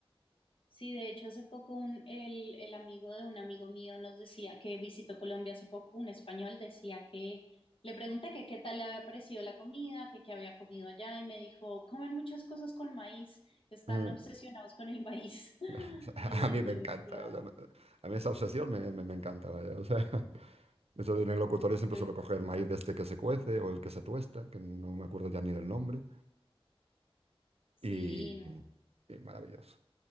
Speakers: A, on the left; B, on the right.
A: Sí, de hecho, hace poco un, el, el amigo de un amigo mío nos decía que visitó Colombia hace poco, un español decía que le pregunté que qué tal le había parecido la comida, que qué había comido allá y me dijo, comen muchas cosas con maíz, están
B: Mm.
A: obsesionados con el maíz. <laughs>
B: <laughs> O sea,
A: Y
B: a mí me
A: yo
B: encanta,
A: decía,
B: o sea, me- a mí esa obsesión me, me, me encanta, vaya, o sea, <laughs> eso de en el locutorio siempre
A: yo,
B: suelo coger maíz de este que se cuece o el que se tuesta, que no me acuerdo ya ni del nombre,
A: sí,
B: y, y
A: no,
B: maravilloso.